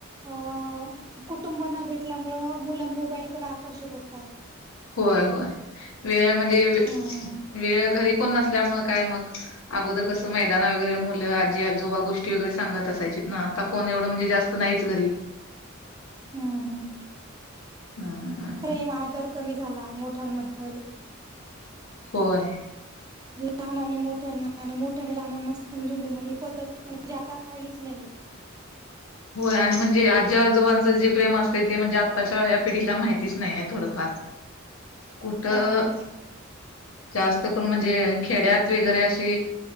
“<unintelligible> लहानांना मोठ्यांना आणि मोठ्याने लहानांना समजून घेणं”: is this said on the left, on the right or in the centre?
Right